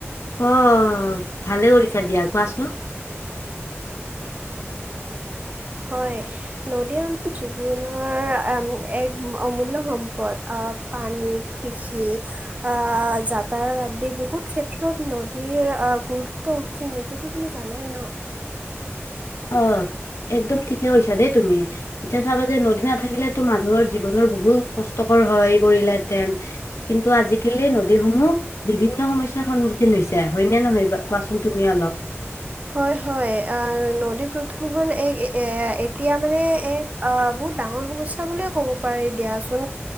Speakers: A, on the left; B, on the right.
A: আহ ভালে কৰিছা দিয়া কোৱাচোন।
B: হয় নদী আমাৰ জীৱনৰ এক অমূল্য সম্পদ আহ পানী কৃষি আহ যাতায়াত আদি বহুত ক্ষেত্ৰত নদীৰ আহ গুৰুত্ব সীমিত তোতো তুমি জানাই ন
A: আহ একদম ঠিকে কৈছা দেই তুমি এতিয়া চাবা যে নদী নাথাকিলেতো মানুহৰ জীৱনৰ বহুত কষ্টকৰ হৈ পৰিলেহেতেন কিন্তু আজিকালি নদীসমূহ বিভিন্ন সমস্যাৰ সন্মুখীন হৈছে হয়নে নহয় কোৱাচোন তুমি অলপ
B: হয় হয় আহ নদী প্ৰদূষণ এক এ এতিয়া মানে এক আহ বহুত ডাঙৰ সমস্যা বুলিয়ে ক'ব পাৰি দিয়াচোন।